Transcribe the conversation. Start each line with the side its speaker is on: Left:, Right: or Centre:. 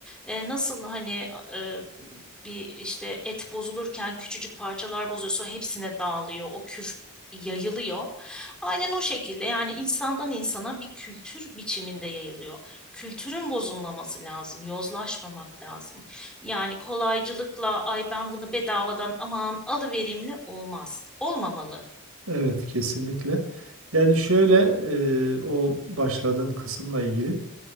Centre: e, nasıl hani e, bir işte et bozulurken küçücük parçalar bozuyorsa hepsine dağılıyor. O küf yayılıyor. Aynen o şekilde yani insandan insana bir kültür biçiminde yayılıyor. Kültürün bozulmaması lazım, yozlaşmamak lazım. Yani kolaycılıkla ay ben bunu bedavadan aman alıverimle olmaz. Olmamalı.
Right: evet kesinlikle. Yani şöyle e, o başladığın kısımla ilgili